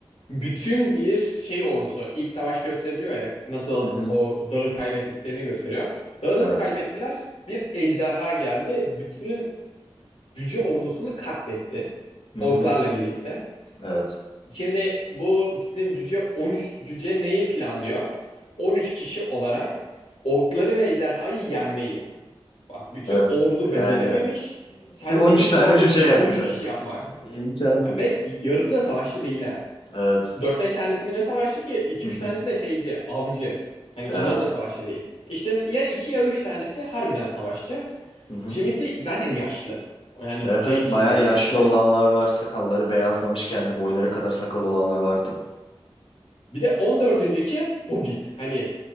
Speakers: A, on the left; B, on the left.
A: Bütün bir şey ordusu ilk savaş gösteriliyor ya nasıl
B: Hı hı.
A: o dağı kaybettiklerini gösteriyor. Dağı
B: Evet.
A: nasıl kaybettiler? Bir ejderha geldi bütün cüce ordusunu katletti.
B: Hı
A: Orklarla
B: hı.
A: birlikte.
B: Evet.
A: Şimdi bu bizim cüce 13 cüce neyi planlıyor? 13 kişi olarak orkları ve ejderhayı yenmeyi. Bak bütün
B: Evet.
A: ordu becerememiş.
B: Yani
A: Sen
B: bir 13
A: neyi planlıyorsun?
B: tane cüce yapacak.
A: 13 kişi yapmak.
B: İmkansız.
A: Ha, Ve yarısı da savaşçı değil ha.
B: Evet.
A: 4-5 tanesi mi ne savaşçı ki? 2-3
B: Hı hı.
A: tanesi de şeyci, avcı. Hani onlar
B: Evet.
A: da savaşçı değil. İşte ya 2 ya 3 tanesi harbiden savaşçı.
B: Hı hı.
A: Kimisi zaten yaşlı. Yani
B: Evet
A: cüce
B: evet
A: için
B: bayağı
A: bile
B: yaşlı
A: yaşlı.
B: olanlar var. Sakalları beyazlamış kendi boyları kadar sakal olanlar vardı.
A: Bir de on dördüncü kim? Hobbit. Hani